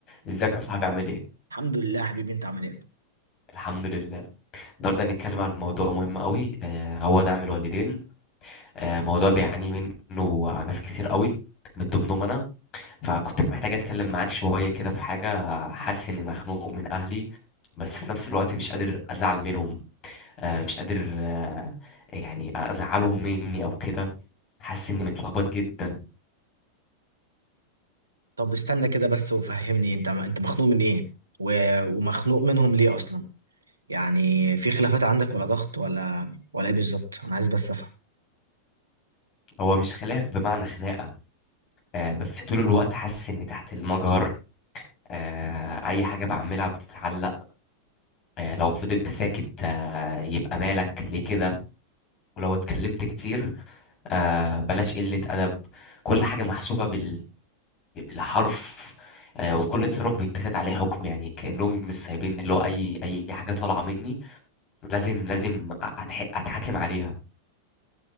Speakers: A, on the left; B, on the right.
A: ازيك يا صاحبي عامل ايه
B: الحمد لله حبيبي انت عامل ايه
A: الحمد لله النهارده هنتكلم عن موضوع مهم قوي آه هو دعم الوالدين آه موضوع بيعاني منه ناس كتير قوي من ضمنهم انا فكنت محتاج اتكلم معاك شويه كده في حاجه حاسس اني مخنوق من اهلي بس في نفس الوقت مش قادر ازعل منهم آه مش قادر آه يعني ازعلهم مني او كده حاسس اني متلخبط جدا
B: طب استنى كده بس وفهمني انت انت مخنوق من ايه و... ومخنوق منهم ليه اصلا يعني في خلافات عندك ولا ضغط ولا ولا ايه بالظبط انا عايز بس افهم
A: هو مش خلاف بمعنى خناقه آه بس طول الوقت حاسس اني تحت المجهر آه اي حاجه بعملها بتتعلق يعني لو فضلت ساكت آه، يبقى مالك ليه كده ولو اتكلمت كتير آه، بلاش قلة أدب كل حاجة محسوبة بال... بالحرف آه، وكل تصرف بيتاخد عليه حكم يعني كأنهم مش سايبين اللي هو أي أي حاجة طالعة مني لازم لازم أتح... أتحاكم عليها